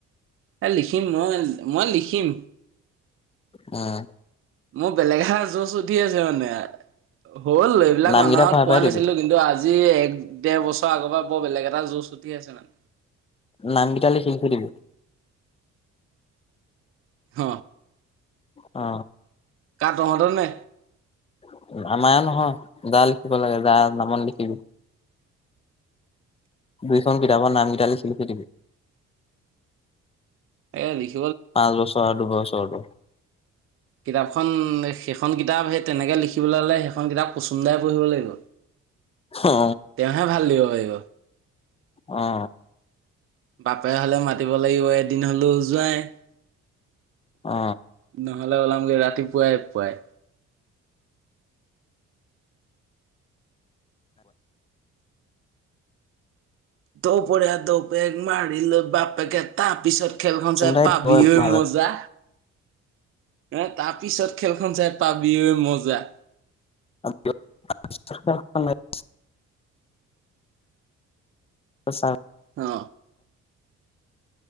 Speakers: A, on the right; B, on the left.
A: এ লিখিম মই মই লিখিম।
B: উম।
A: মোৰ বেলেগ এ জছ উঠি আছে মানে। হ'ল এইবিলাক
B: নামকেইটা
A: মানুহক
B: ভৰাই
A: কোৱা
B: ভৰাই দিবি
A: নাছিলো কিন্তু আজি এক দেৰ বছৰ আগৰ পৰা বৰ বেলেগ এটা জুজ উঠি আছে মানে
B: নাম কিটা লিখি লিখি থৈ দিবি।
A: হ
B: অ।
A: কাৰ তহঁতৰ নে?
B: আমাৰ এয়াৰ নহয় যা লিখিব লাগে যা নামত লিখিম। দুইখন কিতাপৰ নামকিটা লিখি লিখি দিবি।
A: এ লিখ
B: পাঁচ বছৰ আৰু দুবছৰটো।
A: কিতাপখন সেইখন কিতাপ সেই তেনেকে লিখিবলৈ হ'লে সেইখন কিতাপ কচুম দাই পঢ়িব লাগিব।
B: অ
A: তেওঁহে ভাল দিব পাৰিব
B: অ
A: বাপেৰে হলে মাতিব লাগিব এদিন হলেও জোঁৱাই।
B: অ
A: নহলে উলামগে ৰাতি পুৱাই পুৱাই। দুপৰীয়া দঅ পেক মাৰিলো বাপেকে তাৰ পিছত খেলখন
B: চোনদাই
A: চাই পাবি ঐ
B: ভাল
A: মজা। এ তাৰপিছত খেলখন চাই পাবি ঐ মজা
B: <unintelligible> ছা
A: অ